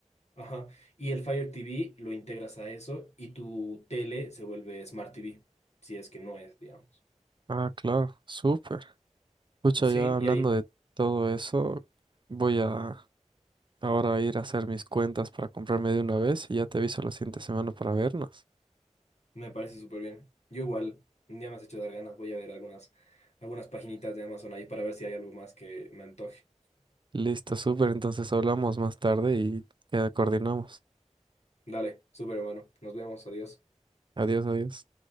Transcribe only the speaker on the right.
Ah, claro, súper. Pucha,
ya hablando
de todo eso, voy a ahora a ir a hacer mis cuentas para comprarme de una vez y ya te aviso la siguiente semana para vernos.
Listo, súper, entonces hablamos más tarde y ya coordinamos.
Adiós, adiós.